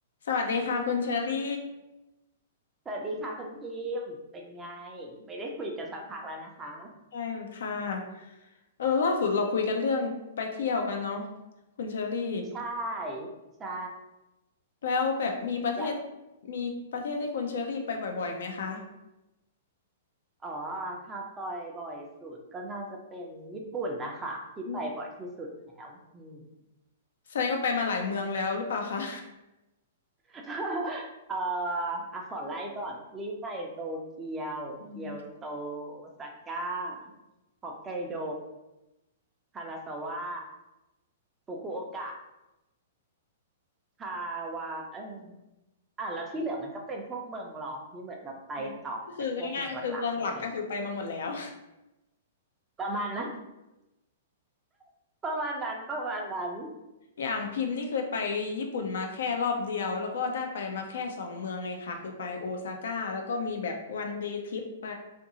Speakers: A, on the left; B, on the right.
A: สวัสดีค่ะคุณเชอรี่
B: สวัสดีค่ะคุณพิมพ์เป็นไงไม่ได้คุยกันสักพักแล้วนะคะ
A: ใช่ค่ะเออล่าสุดเราคุยกันเรื่องไปเที่ยวกันเนาะคุณเชอรี่
B: ใช่ใช่
A: แล้วแบบมีประเทศ
B: อยาก
A: มีประเทศที่คุณเชอรี่ไปบ่อยๆไหมคะ
B: อ๋อถ้าปอยบ่อยสุดก็น่าจะเป็นญี่ปุ่นนะคะที่ไปบ่อยที่สุดแล้วอืม
A: อืมแสดงก็ไปมาหลายเมืองแล้วหรือเปล่าคะ
B: <laughs> เอ่ออ่ะขอไล่ก่อนรีบไปโตเกียวเกียวโต
A: อืม
B: โอซาก้าฮอกไกโดคานาซาวะฟุกุโอกะ คาวาเอออ่ะแล้วที่เหลือมันก็เป็นพวกเมืองรองที่เหมือนแบบไปต่อจากพวกเมืองหลักๆพวกเนี้ย
A: <laughs> เออก็คือง่ายๆก็คือเมืองหลักก็คือไปมาหมดแล้ว
B: ประมาณนั้น <laughs> ประมาณนั้นประมาณนั้น
A: <laughs> อย่างพิมพ์นี่เคยไปญี่ปุ่นมาแค่รอบเดียวแล้วก็ได้ไปมาแค่สองเมืองเองค่ะคือไปโอซาก้าแล้วก็มีแบบวันเดย์ทริปไป